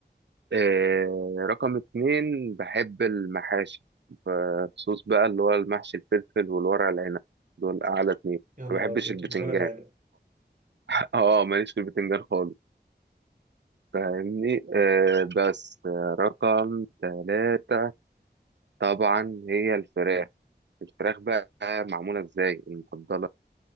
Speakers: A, on the right; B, on the right.
A: آه، رقم اتنين بحب المحاشي بخصوص بقى اللي هو المحشي الفلفل والورق العنب دول أعلى اتنين
B: يا نهار
A: ما بحبش
B: ابيض
A: البتنجان
B: الورق العنب
A: <laughs> اه ماليش في البتنجان خالص فاهمني آه بس آه رقم ثلاثة طبعا هي الفراخ الفراخ بقى معمولة ازاي المفضلة